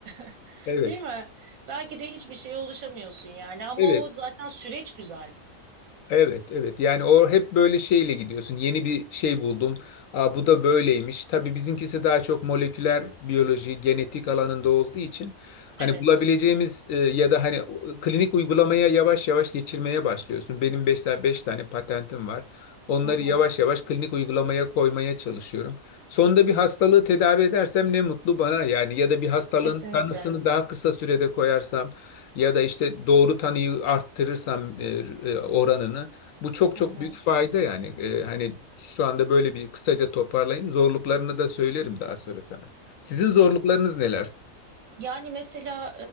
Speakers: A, on the right (about 75°); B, on the left (about 70°).
A: <laughs>
B: Evet.
A: Değil mi? Belki de hiçbir şeye ulaşamıyorsun yani. Ama
B: Evet.
A: o zaten süreç güzel.
B: Evet, evet. Yani o hep böyle şeyle gidiyorsun. Yeni bir şey buldum. Aa, bu da böyleymiş. Tabii bizimkisi daha çok moleküler biyoloji, genetik alanında olduğu için hani
A: Evet.
B: bulabileceğimiz e, ya da hani o- klinik uygulamaya yavaş yavaş geçirmeye başlıyorsun. Benim 5 tane, beş tane patentim var. Onları
A: Hı hı.
B: yavaş yavaş klinik uygulamaya koymaya çalışıyorum. Sonunda bir hastalığı tedavi edersem ne mutlu bana yani ya da bir hastalığın
A: Kesinlikle.
B: tanısını daha kısa sürede koyarsam ya da işte doğru tanıyı arttırırsam e, e, oranını bu çok çok
A: Hı hı.
B: büyük fayda yani. E, hani şu anda böyle bir kısaca toparlayayım. Zorluklarını da söylerim daha sonra sana. Sizin zorluklarınız neler?
A: Yani mesela